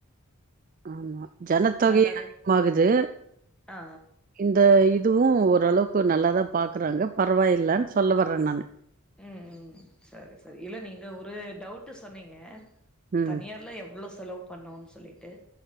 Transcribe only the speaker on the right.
ஆமா ஜனத்தொகை
அதிகமாகுது
இந்த இ துவு ஓரளவ்க்கு நல்லாதா பாக்குறாங்க பரவாயில்லன் சொல்ல வர்றே நானு
ம்